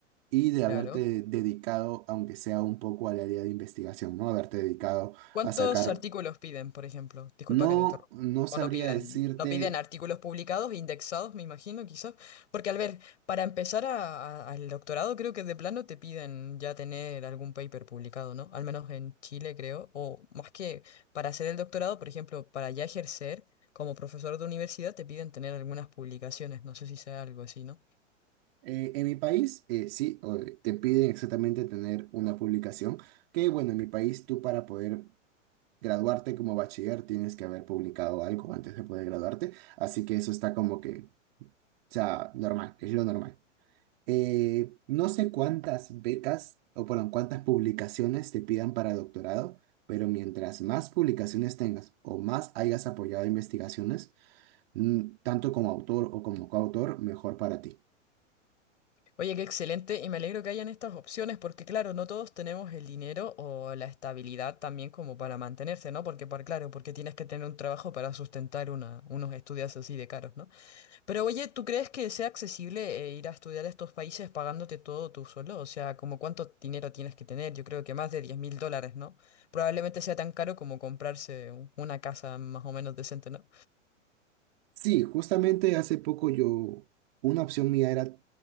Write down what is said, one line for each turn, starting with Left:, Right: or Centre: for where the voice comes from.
Right: y de
Left: claro.
Right: haberte dedicado, aunque sea un poco al área de investigación, ¿no? Haberte dedicado
Left: ¿Cuántos
Right: a sacar,
Left: artículos piden, por ejemplo? Disculpa
Right: no,
Left: que te interrumpa.
Right: no sabría
Left: O no piden,
Right: decirte,
Left: no piden artículos publicados, indexados, me imagino, quizás. Porque, al ver, para empezar a- a- al doctorado, creo que de plano te piden ya tener algún paper publicado, ¿no? Al menos en Chile, creo. O más que para hacer el doctorado, por ejemplo, para ya ejercer como profesor de universidad, te piden tener algunas publicaciones. No sé si sea algo así, ¿no?
Right: eh, en mi país, eh, sí, o- te piden exactamente tener una publicación, que bueno, en mi país tú para poder graduarte como bachiller tienes que haber publicado algo antes de poder graduarte, así que eso está como que, o sea, normal, es lo normal. Eh, no sé cuántas becas o, perdón, cuántas publicaciones te pidan para doctorado, pero mientras más publicaciones tengas o más hayas apoyado investigaciones, mm, tanto como autor o como coautor, mejor para ti.
Left: Oye, qué excelente y me alegro que hayan estas opciones porque claro, no todos tenemos el dinero o la estabilidad también como para mantenerse, ¿no? Porque para, claro, porque tienes que tener un trabajo para sustentar una, unos estudios así de caros, ¿no? Pero oye, ¿tú crees que sea accesible eh, ir a estudiar a estos países pagándote todo tú solo O sea, ¿como cuánto dinero tienes que tener? Yo creo que más de diez mil dólares, ¿no? Probablemente sea tan caro como comprarse un- una casa más o menos decente, ¿no?
Right: Sí, justamente hace poco yo, una opción mía era